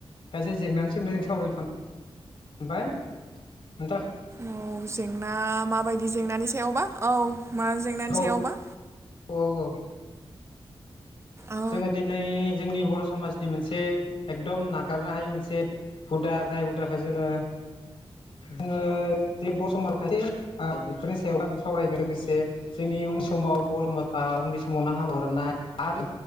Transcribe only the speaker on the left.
खायसे जेंनानि सोमोन्दै जों सावरायनो थां ओमफाय नोंथां
औ
औ औ
जोङो दिनै जोंनि बर' समाजनि मोनसे एकदम नागारनो हायि मोनसे हुदा जाय हुदाखौ जोङो जोङो जै बरसमाव खायसे आ बेफोरनि सायाव आं सावरायगोन लोगोसे जोंनि उन समाव बर माखा उन्दै समावनो हाबा हरना आरो